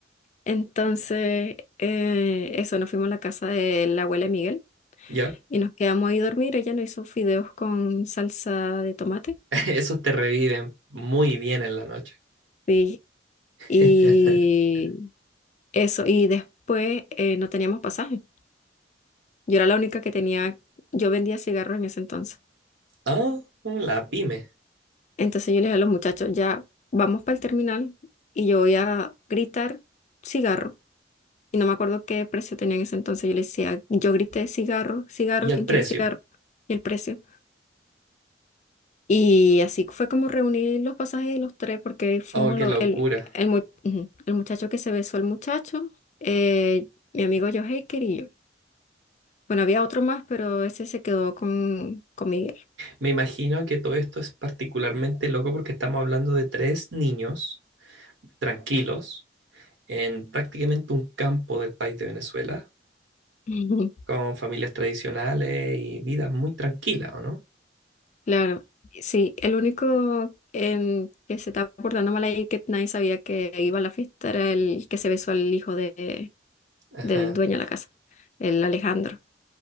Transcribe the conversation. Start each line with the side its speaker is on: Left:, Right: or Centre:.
Left: Entonces, eh, eso, nos fuimos a la casa de la abuela de Miguel
Right: Ya,
Left: y nos quedamos ahí a dormir. Ella nos hizo fideos con salsa de tomate.
Right: <laughs> esos te reviven muy bien en la noche.
Left: Sí,
Right: <laughs>
Left: y eso, y después eh, no teníamos pasaje. Yo era la única que tenía, yo vendía cigarros en ese entonces.
Right: Ah, la pyme.
Left: Entonces yo les dije a los muchachos, ya vamos para el terminal y yo voy a gritar cigarro. Y no me acuerdo qué precio tenía en ese entonces. Yo les decía, yo grité cigarro, cigarro,
Right: Y
Left: ¿quién
Right: el precio.
Left: quiere cigarro? Y el precio. Y así fue como reunir los pasajes de los tres, porque fuimos
Right: Oh, qué
Left: los,
Right: locura.
Left: el, el, mu- ujú, el muchacho que se besó, el muchacho, eh, mi amigo Joe Haker y yo. Bueno, había otro más, pero ese se quedó con, con Miguel.
Right: Me imagino que todo esto es particularmente loco porque estamos hablando de tres niños tranquilos en prácticamente un campo del país de Venezuela
Left: <laughs> Ujú.
Right: con familias tradicionales y vidas muy tranquilas, ¿o no?
Left: Claro, sí, el único em, que se estaba portando mal ahí que nadie sabía que iba a la fiesta era el que se besó al hijo de,
Right: Ajá.
Left: del dueño de la casa, el Alejandro.